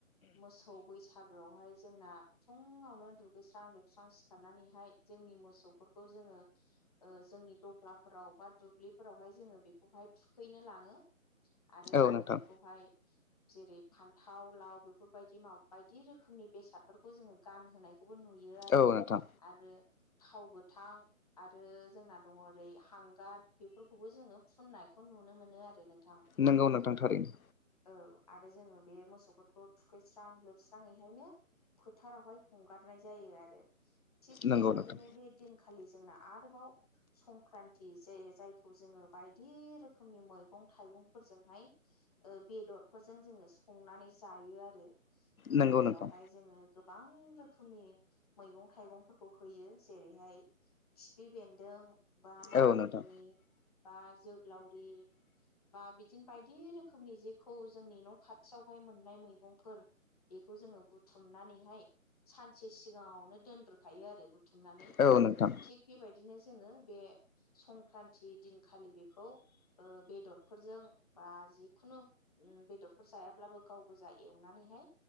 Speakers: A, on the left; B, on the left.
A: मोसौ बैसागोआवहाय जोंना फुङावनो दुगैस्रां लोबस्रां सिखारनानैहाय जोंनि मोसौफोरखौ जोङो। ओ जोंनि दख्लाफोराव बा दुब्लिफोरावहाय जोङो बेखौहाय थुखैनो लाङो। आरो जोङो
B: औ नोंथां
A: बेखौहाय जेरै फान्थाव लाव बेफोरबायदि माबा बायदि रोखोमनि बेसादफोरखौ जोङो गानहोनाय बेखौबो नुयो आरो
B: औ नोंथां
A: आरो थाव गोथां आरो जोंना दङ ओरै हांगार बेफोरखौबो जोङो फुननायखौ नुनो मोनो आरो नोंथां
B: नोंगौ नोंथांथारैनो।
A: औ आरो जोङो बे मोसौफोरखौ थुखैस्रां लोबस्राङैहायनो फोथारावहाय हंगारनाय जायो आरो थिग
B: नंगौ
A: बेबायदिनो
B: नोंथां
A: बे दिनखालि जोंना आरोबाव संक्रान्ति जे जायखौ जोङो बायदि रोखोमनि मैगं थाइगं फोरजोंहाय ओ बेदरफोरजों जोङो संनानै जायो आरो। ओ
B: नंगौ
A: बेयावहाय
B: नोंथां
A: जोङो गो बां रोखोमनि मैगं थाइगंफोरखौ होयो जेरैहाय खिफि बेन्दों बा मानिमुनि
B: औ नोंथां
A: बा जोग्लावरि बा बिदिनो बायदि रोखोमनि जेखौ जोंनि न' खाथियावहाय मोननाय मैगंफोर बेखौ जोङो बुथुमनानैहाय सानसे सिगाङावनो दोनग्रोखायो आरो बुथुमनानै
B: औ नोंथां
A: थिग बेबायदिनो जोङो बे संक्रान्ति दिनखालि बेखौ ओ बेदर फोरजों बा जिखुनु ओम बेदरफोर जायाब्लाबो गाव गोजा एवनानैहाय